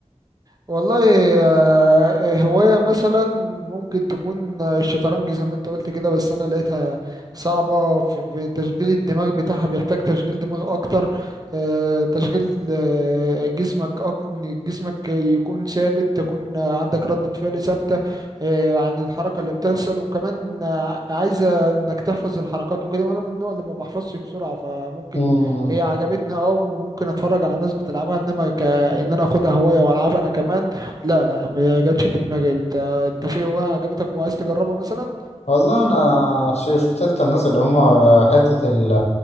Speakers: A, on the right (about 35°); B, on the left (about 65°).
A: والله آه، هواية مثلا ممكن تكون الشطرنج زي ما انت قلت كده بس انا لقيتها صعبة في في تشغيل الدماغ بتاعها بيحتاج تشغيل دماغ اكتر آه، تشغيل آه، جسمك أك... جسمك يكون ثابت تكون عندك ردة فعل ثابتة آه، عن الحركة اللي بتحصل وكمان آه، عايزة انك تحفظ الحركات وكده وانا من النوع اللي ما بحفظش بسرعة فممكن
B: مم.
A: هي عجبتني اه وممكن اتفرج على ناس بتلعبها انما ك آه ان انا اخدها هوايه والعبها انا كمان لا لا ما جاتش في دماغي انت انت في هوايه عجبتك وعايز تجربها مثلا
B: والله انا ش- شفت انت الناس اللي هم حته ال-